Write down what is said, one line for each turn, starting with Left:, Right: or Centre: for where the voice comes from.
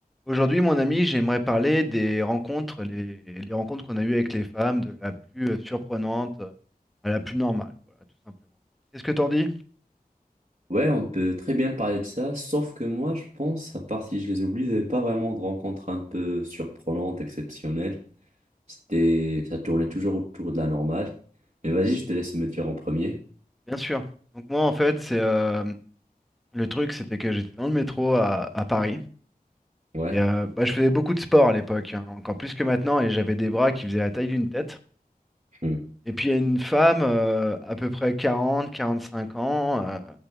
Centre: Aujourd'hui, mon ami, j'aimerais parler des rencontres, les, les rencontres qu'on a eues avec les femmes, de la plus euh, surprenante à la plus normale, voilà, tout simplement. Qu'est-ce que t'en dis?
Right: Ouais, on peut très bien parler de ça, sauf que moi, je pense, à part si je les oublie, j'avais pas vraiment de rencontres un peu surprenantes, exceptionnelles. C'était, ça tournait toujours autour de la normale. Mais vas-y, je te laisse me dire en premier.
Centre: Bien sûr. Donc moi, en fait, c'est euh, le truc, c'était que j'étais dans le métro à, à Paris
Right: Ouais.
Centre: et euh, bah, je faisais beaucoup de sport à l'époque, hein, encore plus que maintenant, et j'avais des bras qui faisaient la taille d'une tête.
Right: Hmm.
Centre: Et puis il y a une femme, euh, à peu près 40, 45 ans, euh,